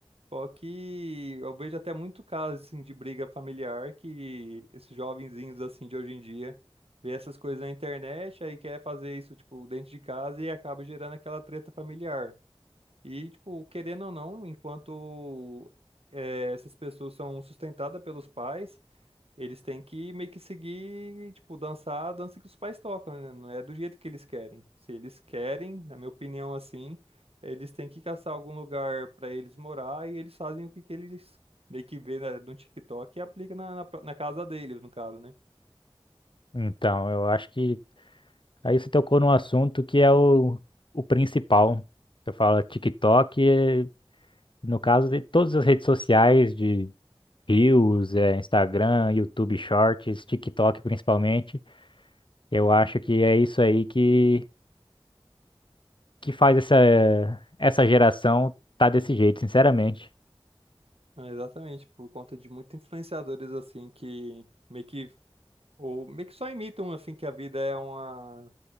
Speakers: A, on the right (about 80°); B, on the left (about 55°).
A: Só que eu vejo até muito caso, assim, de briga familiar que esses jovenzinhos, assim, de hoje em dia vê essas coisas na internet, aí quer fazer isso, tipo, dentro de casa e acaba gerando aquela treta familiar. E, tipo, querendo ou não, enquanto eh, essas pessoas são sustentadas pelos pais, eles têm que meio que seguir, tipo, dançar a dança que os pais tocam, né? Não é do jeito que eles querem. Se eles querem, na minha opinião, assim, eles têm que caçar algum lugar pra eles morar e eles fazem o que, que eles meio que vê na- no TikTok e aplica na, na, pró- na casa deles, no caso, né?
B: Então, eu acho que aí você tocou num assunto que é o, o principal. Eu falo é TikTok, eh, no caso de todas as redes sociais de Reels, eh, Instagram, YouTube Shorts, TikTok principalmente. Eu acho que é isso aí que, que faz essa, essa geração tá desse jeito, sinceramente.
A: É, exatamente, por conta de muitos influenciadores, assim, que meio que, ou meio que só imitam, assim, que a vida é uma.